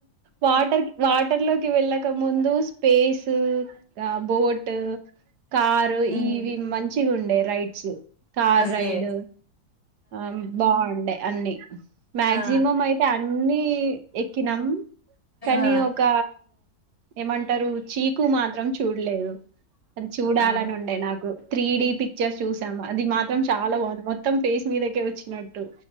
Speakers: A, on the right; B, on the left.
A: వాటర్ వాటర్ లో కి వెళ్ళక ముందు స్పేస్ ఆ బోట్ కారు
B: ఉమ్,
A: ఇవి మంచిగ ఉండే రైడ్స్ కార్
B: ఓకే
A: రైడ్ ఆ బాగుండే అన్నీ మేక్సిమం
B: ఆ
A: అయితే అన్ని ఎక్కినం కానీ
B: ఆ
A: ఒక ఏమంటరు చీకు మాత్రం చూడ్లే అది చూడాలని
B: అవును
A: ఉండే నాకు త్రీ డి పిక్చర్స్ చూసాము అది మాత్రం చాలా బావుంది మొత్తం మీదకే వచ్చినట్టు